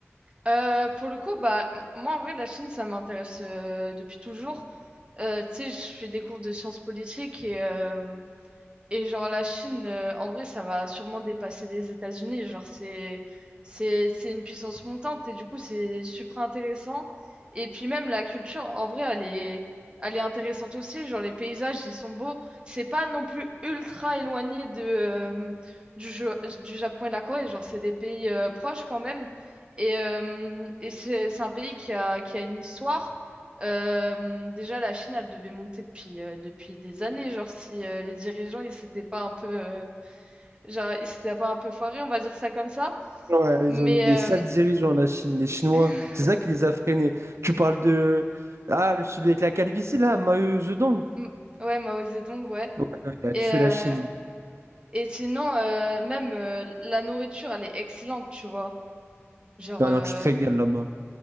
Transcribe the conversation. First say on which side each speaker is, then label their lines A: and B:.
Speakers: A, on the right; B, on the right.
A: Euh, pour le coup, bah, moi en vrai, la Chine, ça m'intéresse euh, depuis toujours. Euh, tu sais, je fais des cours de sciences politiques et, euh, et genre la Chine, euh, en vrai, ça va sûrement dépasser les États-Unis. Genre c'est c'est c'est une puissance montante et du coup c'est super intéressant. Et puis même la culture, en vrai, elle est elle est intéressante aussi. Genre les paysages, ils sont beaux. C'est pas non plus ultra éloigné de euh, du Ja- du Japon et de la Corée. Genre c'est des pays euh, proches quand même. Et euh, et c'est c'est un pays qui a qui a une histoire. Euh, déjà, la Chine, elle devait monter depuis, euh, depuis des années. Genre, si euh, les dirigeants, ils s'étaient pas un peu, euh, genre, ils s'étaient pas un peu foirés, on va dire ça comme ça.
B: Ouais,
A: Mais
B: ils ont eu des sales
A: euh,
B: dirigeants, la Chine. Les Chinois,
A: <laughs>
B: c'est ça qui les a freinés. Tu parles de. Ah, le- celui avec la calvitie, là, Mao Zedong.
A: m- ouais, Mao Zedong, ouais.
B: Ouais, non, il a tué
A: Et, euh,
B: la Chine. lui.
A: et sinon, euh, même euh, la nourriture, elle est excellente, tu vois. Genre,
B: Non,
A: euh,
B: non, tu te régales là-bas.